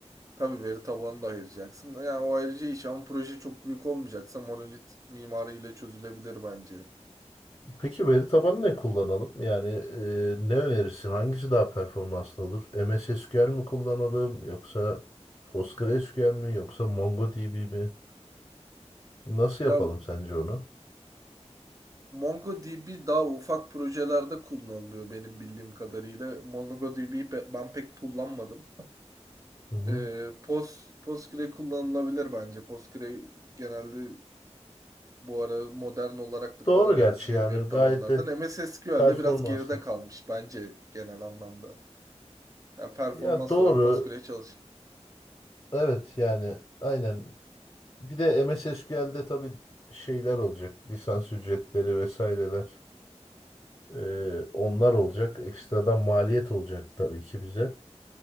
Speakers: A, on the right; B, on the left.
A: Tabii veri tabanını da ayıracaksın. Yani o ayrıca iş ama proje çok büyük olmayacaksa monolit mimariyle çözülebilir bence.
B: Peki veri tabanı ne kullanalım? Yani e, ne önerirsin? Hangisi daha performanslı olur? MS SQL mi kullanalım yoksa PostgreSQL mi yoksa MongoDB mi? Nasıl
A: Ya
B: yapalım sence onu?
A: MongoDB daha ufak projelerde kullanılıyor benim bildiğim kadarıyla. MongoDB'yi be- ben pek kullanmadım.
B: Hı hı.
A: Ee, Post, Postgre kullanılabilir bence. Postgre genelde bu ara modern olarak da
B: Doğru
A: kullanabileceğini
B: gerçi yani
A: veri tabanlardan.
B: gayet de
A: MS SQL'de
B: performanslı.
A: biraz geride kalmış bence genel anlamda. Yani performans
B: Ya doğru.
A: olarak Postgre çalışır.
B: Evet yani aynen. Bir de MS SQL'de tabii şeyler olacak. Lisans ücretleri vesaireler. E, onlar olacak. Ekstradan maliyet olacak tabii ki bize.